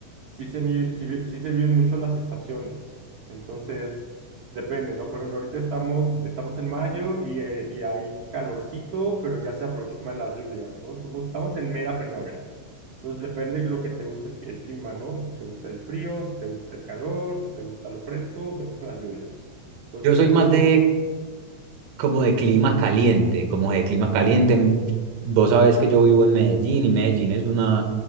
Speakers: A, on the right (about 65°); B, on the right (about 85°).
A: sí se, mi- sí, vi- sí se viven mucho las estaciones. Entonces, depende, ¿no? Por ejemplo, ahorita estamos, estamos en mayo y, eh, y hay calorcito, pero ya se aproximan las lluvias, ¿no? Entonces, estamos en mera primavera. Entonces depende de lo que te guste el, el clima, ¿no? Si te gusta el frío, si te gusta el calor, si te gusta lo fresco, te gustan las lluvias. Entonces
B: yo soy
A: eso
B: más
A: es
B: de
A: como,
B: como de clima caliente, como de clima caliente. Vos sabés que yo vivo en Medellín y Medellín es una,